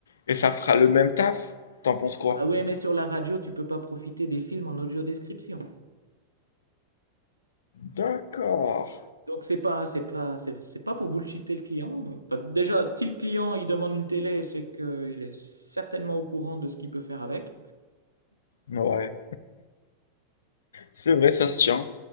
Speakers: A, on the left; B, on the right.
A: et ça fera le même taf. T'en penses quoi?
B: Ah bah, ouais, mais sur la radio, tu peux pas profiter des films en audio description.
A: D'accord.
B: Donc c'est pas c'est pas c'est c'est pas pour bullshiter le client. Enfin, déjà, si le client il demande une télé, c'est qu'il est certainement au courant de ce qu'il peut faire avec.
A: Ouais. C'est vrai, ça se tient.